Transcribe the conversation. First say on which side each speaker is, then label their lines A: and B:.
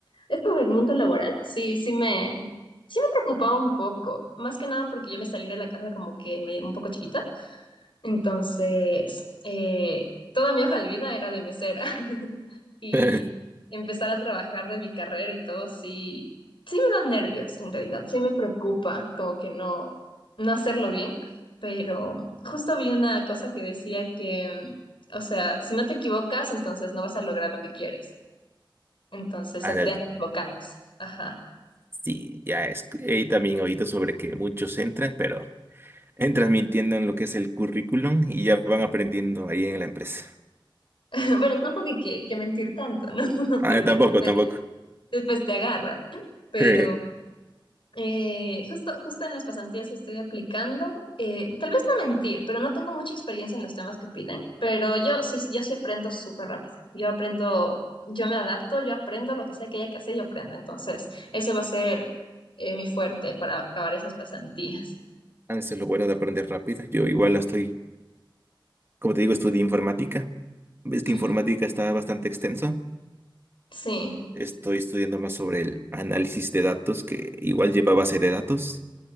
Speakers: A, on the left (about 75°); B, on the right (about 25°).
A: Esto del mundo laboral, sí, sí me, sí me preocupaba un poco, más que nada porque yo me salí de la casa como que me- un poco chiquita. Entonces, eh, toda mi hoja de vida era de mesera <laughs> y
B: <laughs>
A: empezar a trabajar de mi carrera y todo, sí, sí me dan nervios en realidad, sí me preocupa como que no, no hacerlo bien, pero justo vi una cosa que decía que, mm, o sea, si no te equivocas, entonces no vas a lograr lo que quieres. Entonces
B: Ándale.
A: se aprende equivocándose. Ajá.
B: Sí, ya es. He también oído sobre que muchos entran, pero entran mintiendo en lo que es el currículum y ya van aprendiendo ahí en la empresa.
A: <laughs> Bueno, tampoco hay que, que mentir tanto, ¿no? <laughs>
B: Ah,
A: Porque
B: tampoco,
A: después,
B: tampoco.
A: después te agarra, pero
B: <laughs>
A: Eh, justo, justo en las pasantías que estoy aplicando, eh, tal vez no mentir, pero no tengo mucha experiencia en los temas que piden, pero yo sí, yo sí aprendo súper rápido. Yo aprendo, yo me adapto, yo aprendo lo que sea que haya que hacer, yo aprendo. Entonces, ese va a ser eh, mi fuerte para acabar esas pasantías.
B: Ah, Eso es lo bueno de aprender rápido. Yo igual la estoy, como te digo, estudié informática. Ves que
A: Ujú,
B: informática está bastante extensa.
A: Sí.
B: Estoy estudiando más sobre el análisis de datos, que igual lleva base de datos.